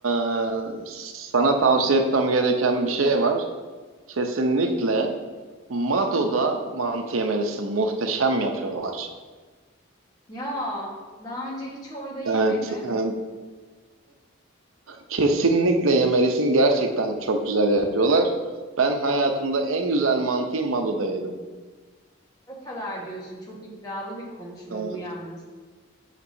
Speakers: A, on the right; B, on the left.
A: e, sana tavsiye etmem gereken bir şey var. Kesinlikle Mado'da mantı yemelisin. Muhteşem yapıyorlar.
B: Ya daha önce hiç orada yemedim.
A: Evet. evet. Kesinlikle yemelisin. Gerçekten çok güzel yapıyorlar. Ben hayatımda en güzel mantıyı Malu'da yedim.
B: O kadar diyorsun. Çok iddialı bir konuşma
A: Evet,
B: bu yalnız.